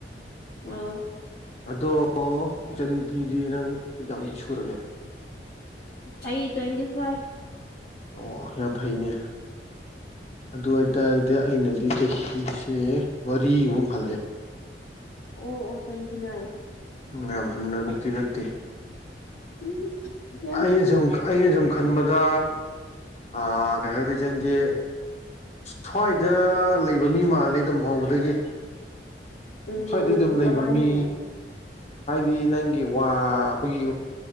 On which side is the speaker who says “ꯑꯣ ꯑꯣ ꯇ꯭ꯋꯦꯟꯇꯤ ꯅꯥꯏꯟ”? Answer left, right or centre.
Left